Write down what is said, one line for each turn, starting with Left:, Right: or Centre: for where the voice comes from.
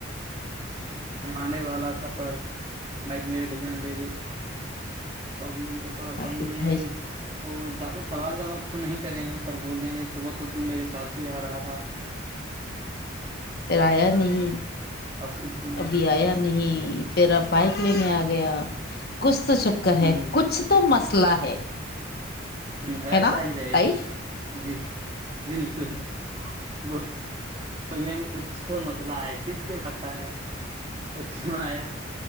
Right: آنے والا تھا پر مائک میرے بجان لے گئے تو ابھی ان مے پاس
Left: شاکب
Right: آئیں گے
Left: بھائی
Right: تو تو زیادہ سوال جواب تو نہیں کریں گے پر بولیں گے صبح تو ت میرے ساتھ ہی آ رہا تھا
Left: پھر آیا نہیں
Right: اب تو کیوں
Left: ابھی آیا نہیں پھر اب بائک لینے آئے گ گیا کچھ تو چکر
Right: ہ
Left: ہے کچھ تو مس اسلا ہے
Right: ہ ایسا
Left: ہے نا
Right: ہی رہے
Left: رائٹ
Right: گا جی بالکل بیںے کچھ تو مسئلہ آیا کس کے ساتھ آیا وہ کیوں آیا